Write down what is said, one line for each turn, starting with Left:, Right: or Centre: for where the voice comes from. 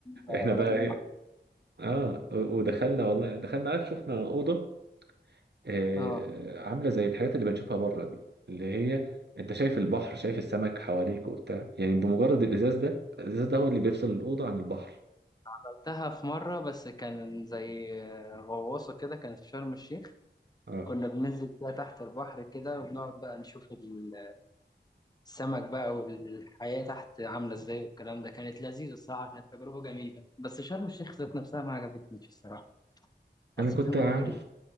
Left: آه،
Right: احنا بقى
Left: راجل
Right: إيه، اه و- ودخلنا والله دخلنا عارف شفنا اوضه آه
Left: محترم.
Right: عامله زي الحاجات اللي بنشوفها بره دي اللي هي انت شايف البحر شايف السمك حواليك وبتاع يعني بمجرد الازاز ده الازاز ده هو اللي بيفصل الاوضه عن البحر
Left: رحتها في مرة بس كان زي
Right: <laughs>
Left: غواصة كده كانت في شرم الشيخ
Right: اه
Left: كنا بننزل فيها تحت البحر كده وبنقعد بقى نشوف ال- السمك بقى والحياة تحت عاملة ازاي والكلام ده كانت لذيذة الصراحة كانت تجربة جميلة بس شرم الشيخ ذات نفسها ما عجبتنيش الصراحة حسيتها
Right: انا كنت
Left: مملة
Right: عارف